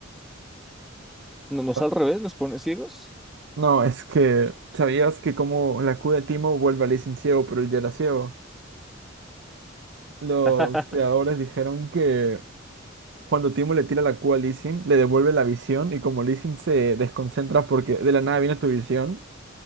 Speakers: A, in the centre; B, on the right.
A: No, no es
B: Ah,
A: al revés, los pone ciegos.
B: No, es que, ¿sabías que como la escudo de Timo vuelve a Lee sin ciego, pero él ya era ciego? Los
A: <laughs>
B: creadores dijeron que Cuando Timo le tira la Q a Lee Sin, le devuelve la visión y como Lee Sin se desconcentra porque de la nada viene tu visión,